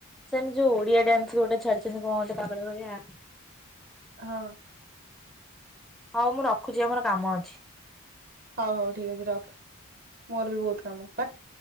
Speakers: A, in the centre; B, on the right.
A: ସେନ୍ ଯୋଉ ଓଡିଆ ଡ୍ୟାନ୍ସ ଗୋଟେ ଛାଡିଛନ୍ତି କଣ ଗୋଟେ ପାଗଳ ଭଳିଆ।
B: ହଁ।
A: ହୋଉ ମୁଁ ରଖୁଚି ଆମର କାମ ଅଛି।
B: ହୋଉ ହୋଉ ଠିକ୍ ଅଛି ରଖେ ମୋର ବି ବୋହୁତ କାମ ବାକ୍।